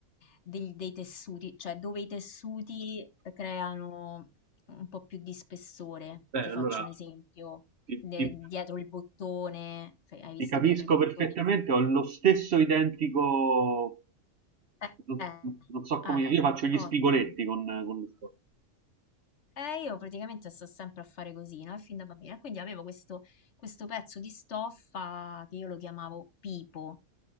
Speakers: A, on the left (about 55°); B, on the right (about 55°).
A: dei, dei tessuti, cioè dove i tessuti creano un po' più di spessore.
B: beh,
A: Ti
B: allora
A: faccio un esempio,
B: ti,
A: de-
B: ti-
A: dietro il bottone, fai- hai visto
B: Ti capisco
A: dietro il bottone?
B: perfettamente, ho lo stesso identico,
A: Eh,
B: non,
A: eh,
B: non so
A: ah,
B: come, io faccio gli
A: ottimo.
B: spigoletti con, con lo sport.
A: E io praticamente sto sempre a fare così, no? Fin da bambina. Quindi avevo questo, questo pezzo di stoffa che io lo chiamavo pipo,